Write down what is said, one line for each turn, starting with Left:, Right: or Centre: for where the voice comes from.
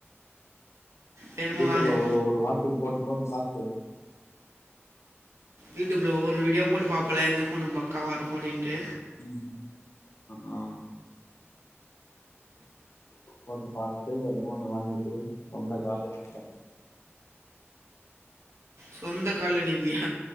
Right: வேணுமா
Left: யூடியூப்ல
Right: வாங்க
Left: ஒரு ஒரு வாரத்துக்கு போட்டு போட்டு பாத்து
Right: யூடியூப்பில்ல ஒவ்வொரு வீடியோ போட்டு பாப்பல எந்த ஃபோனு பக்காவா இருக்கு அப்டின்ட்டு
Left: ம் அ அஹா போட்டு பாத்ட்டு எதனோ ஒண்ணு வாங்கிட்டு சொந்த கால்ல நிப்பே
Right: சொந்த கால்ல நிப்பியா